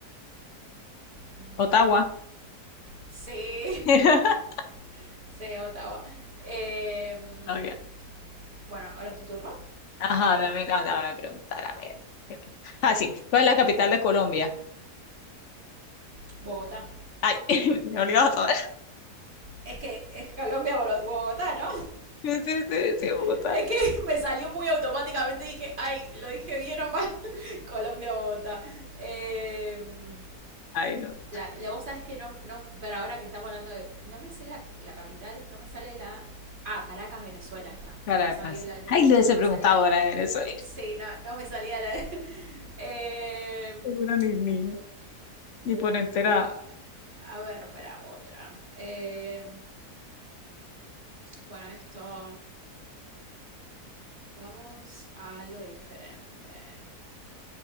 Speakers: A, on the right (about 30°); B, on the left (about 60°).
A: Mm,
B: Ottawa.
A: Sí.
B: <laughs>
A: <laughs> sí, Ottawa. Eh, mm,
B: Ok.
A: bueno, ahora es tu turno.
B: Ajá, dame, dame, dame preguntar, a ver. Fácil. ¿Cuál es la capital de Colombia?
A: Bogotá.
B: Ay, <laughs> me olvidó todo.
A: Es que es Colombia, Bogotá, ¿no?
B: Sí, sí, sí, sí, Bogotá.
A: <laughs> Es que me salió muy automáticamente. Dije, ay, lo dije bien o mal. <laughs> Colombia, Bogotá. Eh,
B: Ay, no.
A: la, la- vos sabés que no, no. Pero ahora que estamos hablando de. No me sé la, la capital. No me sale la. Ah, Caracas, Venezuela, ahí está.
B: Caracas.
A: No me sabía la.
B: Ay, le hubiese
A: No me
B: preguntado
A: salía.
B: ahora de Venezuela.
A: Sí, no, no me salía la. <laughs> Eh,
B: Seguro ni, ni,
A: mu- u-
B: ni por entera
A: cua- a ver, espera, otra. Eh, bueno, esto. Vamos a lo diferente.